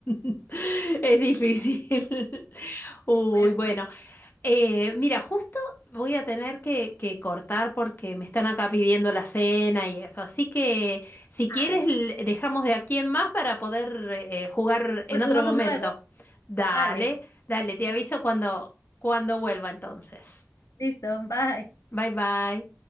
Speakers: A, on the left; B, on the left.
A: <laughs> es difícil. <laughs> Uy,
B: Pues
A: bueno,
B: sí,
A: eh, mira, justo voy a tener que, que cortar porque me están acá pidiendo la cena y eso. Así que si quieres,
B: ay,
A: l- dejamos de aquí en más para poder eh, jugar en
B: pues
A: otro
B: jugamos
A: momento.
B: luego,
A: Dale,
B: vale.
A: dale, te
B: ok.
A: aviso cuando, cuando vuelva entonces.
B: Listo, bye.
A: Bye bye.